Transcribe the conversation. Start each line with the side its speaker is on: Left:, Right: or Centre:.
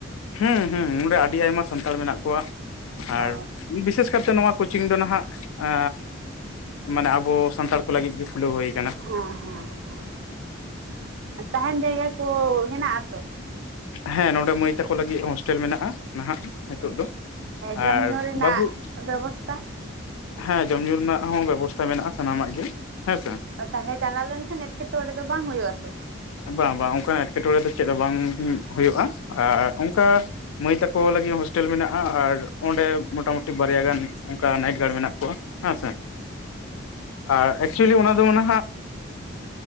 Left: ᱦᱩᱸ ᱦᱩᱸ ᱱᱚᱸᱰᱮ ᱟᱹᱰᱤ ᱟᱭᱢᱟ ᱥᱟᱱᱛᱟᱲ ᱢᱮᱱᱟᱜ ᱠᱚᱣᱟ ᱟᱨ
Right: ᱚ
Left: ᱵᱤᱥᱮᱥ ᱠᱟᱨᱛᱮ ᱱᱚᱣᱟ ᱠᱳᱪᱤᱝ ᱫᱚ ᱱᱟᱦᱟᱜ ᱟᱼ ᱢᱟᱱᱮ ᱟᱵᱚ ᱥᱟᱱᱛᱟᱲ ᱠᱚ ᱞᱟᱹᱜᱤᱫ ᱜᱮ ᱠᱷᱩᱞᱟᱹᱣ ᱦᱩᱭ ᱟᱠᱟᱱᱟ᱾
Right: ᱦᱮᱸ ᱦᱮᱸᱦᱮᱸ ᱛᱟᱦᱮᱸᱱ ᱡᱟᱭᱜᱟ ᱠᱚ ᱦᱮᱱᱟᱜ ᱟ ᱛᱚ?
Left: ᱦᱮᱸ ᱱᱚᱰᱮ ᱢᱟᱹᱭ ᱛᱟᱠᱚ ᱞᱟᱹᱜᱤᱫ ᱦᱳᱥᱴᱮᱞ ᱢᱮᱱᱟᱜᱼᱟ ᱱᱟᱦᱟᱜ ᱱᱤᱛᱚᱜ ᱫᱚ᱾ ᱟᱨ
Right: ᱡᱚᱢ ᱧᱩ ᱨᱮᱱᱟᱜ
Left: ᱵᱟᱹᱵᱩ
Right: ᱵᱮᱵᱚᱥᱛᱟ?
Left: ᱦᱮᱸ ᱡᱚᱢ ᱧᱩ ᱨᱮᱱᱟᱜ ᱦᱚᱸ ᱵᱮᱵᱚᱥᱛᱟ ᱢᱮᱱᱟᱜᱼᱟ ᱥᱟᱱᱟᱢᱟᱜ ᱜᱮ ᱦᱮᱸᱥᱮ᱾
Right: ᱛᱟᱦᱚᱞᱮ ᱪᱟᱞᱟᱣ ᱞᱮᱱᱠᱷᱟᱱ ᱮᱴᱠᱮᱴᱚᱬᱮ ᱚᱸᱰᱮ ᱫᱚ ᱵᱟᱝ ᱦᱩᱭᱩᱜ ᱟᱛᱚ?
Left: ᱵᱟᱝ ᱵᱟᱝ ᱚᱱᱠᱟ ᱮᱴᱠᱮᱴᱚᱬᱮ ᱫᱚ ᱪᱮᱫ ᱦᱚᱸ ᱵᱟᱝ ᱦᱩᱭᱩᱜᱼᱟ᱾ ᱟᱨ ᱚᱝᱠᱟ ᱢᱟᱹᱭ ᱛᱟᱠᱚ ᱞᱟᱹᱜᱤᱫ ᱦᱳᱥᱴᱮᱞ ᱢᱮᱱᱟᱜᱼᱟ᱾ ᱟᱨ ᱚᱸᱰᱮ ᱢᱚᱴᱟᱢᱩᱴᱤ ᱵᱟᱨᱭᱟ ᱜᱟᱱ ᱚᱱᱠᱟ ᱱᱟᱭᱤᱴ ᱜᱟᱨᱰ ᱢᱮᱱᱟᱜ ᱠᱚᱣᱟ᱾ ᱦᱮᱸ ᱥᱮ ᱟᱨ ᱮᱠᱪᱩᱭᱮᱞᱤ ᱚᱱᱟ ᱫᱚ ᱦᱟᱸᱜ